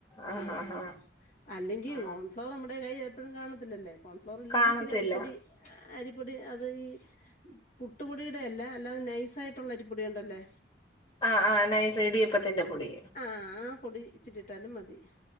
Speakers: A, on the left; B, on the left.
A: ആ
B: ആഹ്
A: ഹാ ഹാ
B: അല്ലെങ്കി
A: ആ
B: കോൺഫ്ലവർ നമ്മുടെ കൈയില് എപ്പോഴും കാണത്തില്ലല്ലേ കോൺഫ്ലവറില്ലെങ്കി
A: കാണത്തില്ല
B: ഇച്ചിരി അരിപ്പൊടി അരിപ്പൊടി അത് ഈ പുട്ടുപൊടിയുടെയല്ല അല്ലാതെ നൈസായിട്ടുള്ള അരിപ്പൊടി കൊണ്ടല്ലേ
A: ആഹ് ആഹ് നൈസ് ഇടിയപ്പത്തിന്റെ പൊടി
B: ആഹ് ആ പൊടി ഇച്ചിട്ടി ഇട്ടാലും മതി